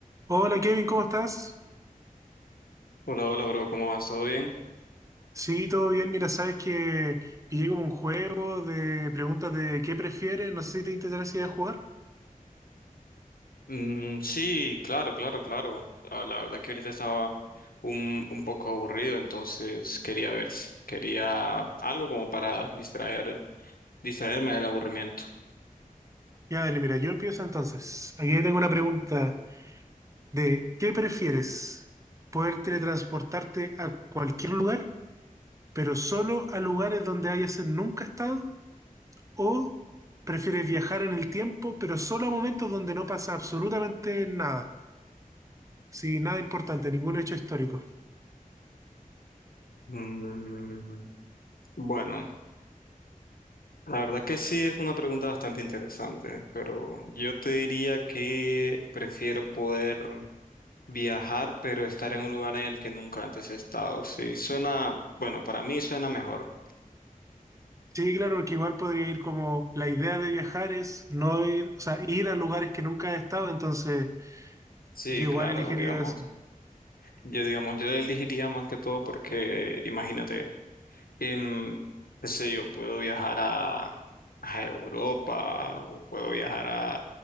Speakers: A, on the right; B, on the left.
A: Hola Kevin, ¿cómo estás?
B: Hola, hola, bro, ¿cómo vas? ¿Todo bien?
A: Sí, todo bien. Mira, sabes que pillé como un juego de preguntas de qué prefieres. No sé si te interesaría jugar.
B: Mm, sí, claro, claro, claro. Ah, La, verdad que ahorita estaba un, un poco aburrido, entonces quería ver, si- quería algo como para distraer, distraerme del aburrimiento.
A: Ya, dale, mira, yo empiezo entonces. Aquí tengo una pregunta de ¿qué prefieres? ¿Poder teletransportarte a cualquier lugar, pero solo a lugares donde hayas nunca estado? ¿O prefieres viajar en el tiempo, pero solo a momentos donde no pasa absolutamente nada? Sí, nada importante, ningún hecho histórico.
B: Mm, bueno, la verdad que sí es una pregunta bastante interesante, pero yo te diría que prefiero poder viajar, pero estar en un lugar en el que nunca antes he estado. Sí, suena, bueno, para mí suena mejor.
A: Sí, claro, porque igual podría ir como la idea de viajar es no ir, o sea, ir a lugares que nunca he estado, entonces
B: Sí,
A: yo igual
B: claro,
A: elegiría
B: digamos.
A: eso.
B: Yo, digamos, yo le elegiría más que todo porque, imagínate, em, qué sé yo, puedo viajar a, a Europa o puedo viajar a, a